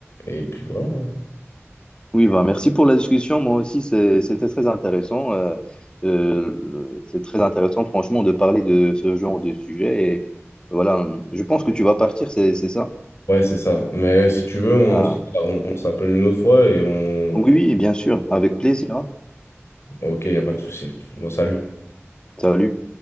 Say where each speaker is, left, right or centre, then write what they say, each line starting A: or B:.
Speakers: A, on the left (about 65°); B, on the left (about 20°).
A: Et puis voilà. hein.
B: Oui, bah, merci pour la discussion. Moi aussi, c'est- c'était très intéressant. Euh, euh, c'est très intéressant, franchement, de parler de ce genre de sujet. Et voilà, je pense que tu vas partir, c'est, c'est ça?
A: Ouais, c'est ça. Mais si tu veux, on,
B: Ah,
A: s- on, on s'appelle une autre fois et on...
B: oui, oui, bien sûr, avec plaisir. hein.
A: Ok, il n'y a pas de souci. Bon, salut.
B: Salut.